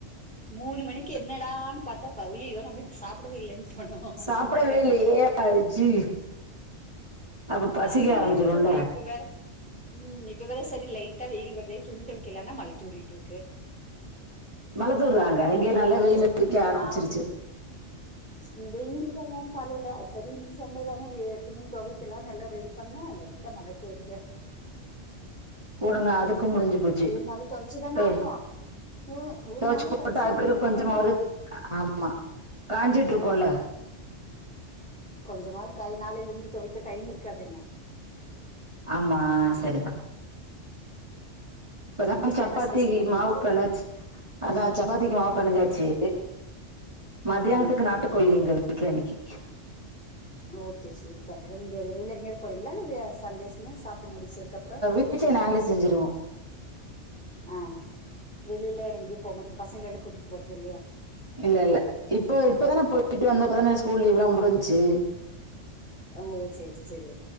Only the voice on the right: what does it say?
சாப்பிடவே
இல்லையே ஐயோ அப்ப பசிக்க
ஆரம்பிச்சிரும்ல
மலத்தூர் தாங்க
இங்க
நல்லா வெயில்
அடிக்க ஆரம்பிச்சிருச்சு
போடுங்க
அதுக்கும் முடிஞ்சு போச்சு
ஏய்,
துவைச்சு போட்டு
அது பிறகு
கொஞ்சமாவது
ஆமா காஞ்சிட்ருக்கோல்ல
ஆமா
சரிதான் இப்பதா
சப்பாத்திக்கு
மாவு பெணச் அதா சப்பாத்திக்கு மாவு பெணஞ்சாச்சு மத்தியானத்துக்கு
நாட்டுக்கோழி எங்க வீட்ல இன்னைக்கி
வீட்லயே நாங்களே செஞ்சுருவோ
இல்ல இல்ல இப்ப இப்பதான போயிட்டு வந்தப்பதான ஸ்கூல் லீவல்லா முடிஞ்சு